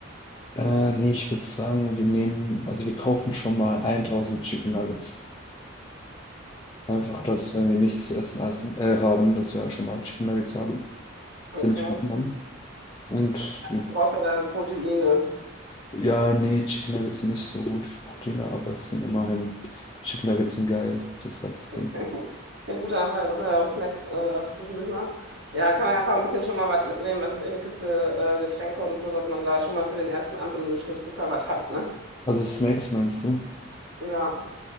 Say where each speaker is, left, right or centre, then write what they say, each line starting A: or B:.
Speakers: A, on the left (about 20°); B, on the right (about 60°).
A: Äh, nee, ich würde sagen, wir nehmen, also wir kaufen schon mal 1000 Chicken Nuggets. Einfach, dass, wenn wir nichts zu essen, essen äh, haben, dass wir schon mal Chicken Nuggets haben,
B: Okay.
A: dass wir nicht verhungern. Und wir,
B: Du brauchst ja deine Proteine.
A: ja, nee, Chicken Nuggets sind nicht so gut für Proteine, aber es sind immerhin, Chicken Nuggets sind geil. Das ist halt das Ding.
B: Okay. <laughs> Ja, gut, da haben wir, das sind ja auch Snacks äh, für zwischendurch mal. Ja, kann man ja einfach ein bisschen schon mal was mitnehmen, was ist echt eine Kiste äh, Getränke und so, dass man da schon mal für den ersten Abend im schlimmsten Fall was hat, ne?
A: Also Snacks meinst du?
B: Ja.